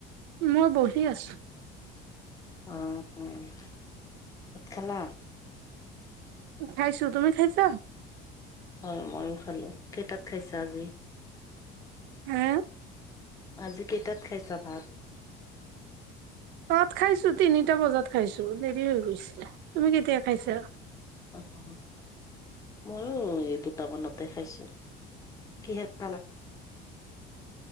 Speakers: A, on the right; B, on the left.
A: মই বহি আছোঁ।
B: অ'। <unintelligible> ভাত খালা?
A: খাইছোঁ, তুমি খাইছা?
B: অহ, ময়ো খালো, কেইটাত খাইছা আজি?
A: হা
B: আজি কেইটাত খাইছা ভাত?
A: ভাত খাইছো তিনিটা বজাত খাইছো, দেৰি হৈ গৈছিলে, তুমি কেতিয়া খাইছা?
B: অহ, অ ময়ো, এই দুটা মানতে খাইছোঁ। কিহেৰে খালা?